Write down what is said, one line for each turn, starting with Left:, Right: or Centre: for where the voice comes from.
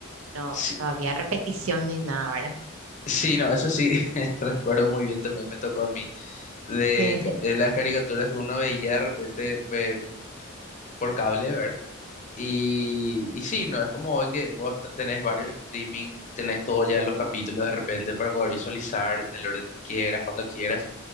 Right: No,
Left: sí,
Right: no había repetición ni nada, ¿verdad?
Left: Sí, no, eso sí, <laughs> recuerdo muy bien, también me tocó a mí, de,
Right: Sí,
Left: ca- de las caricaturas que uno veía de repente eh, por cable, ¿verdad? Y, y sí, no, es como hoy que vos t- tenés varios streaming, tenés todo ya los capítulos de repente para poder visualizar en el orden que quieras, cuando quieras.